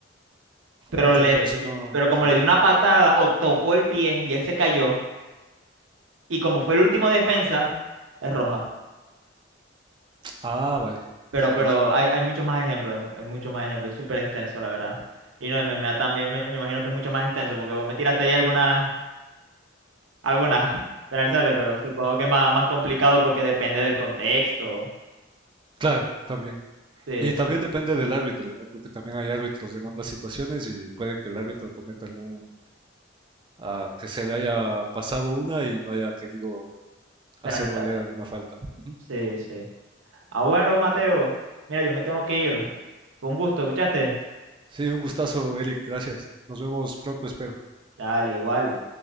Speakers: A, on the right (about 75°); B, on the right (about 25°).
A: Pero,
B: Ah, ok,
A: le,
B: pero si
A: le-
B: no,
A: pero como
B: claro.
A: le dio una patada o tocó el pie y él se cayó, y como fue el último defensa, es roja.
B: Ah, vale, entendido.
A: Pero, pero hay, hay muchos más ejemplos, hay, mu- hay muchos más ejemplos, es súper extenso, la verdad. Y no, el MMA también me, me imagino que es mucho más extenso, porque vos me tiraste ahí algunas, algunas penalizables, pero supongo que más, más complicado porque depende del contexto.
B: Claro, también.
A: Sí,
B: Y también
A: sí,
B: depende del árbitro, ¿no? Porque también hay árbitros en ambas situaciones y puede que el árbitro cometa algún, ah, que se le haya pasado una y no haya querido
A: penalizar.
B: hacer valer alguna falta. Ujú.
A: Sí, sí. Ah, bueno, Mateo. Mira, yo me tengo que ir. Con gusto, ¿escuchaste?
B: Sí, un gustazo, Eric, gracias. Nos vemos pronto, espero.
A: Dale, igual.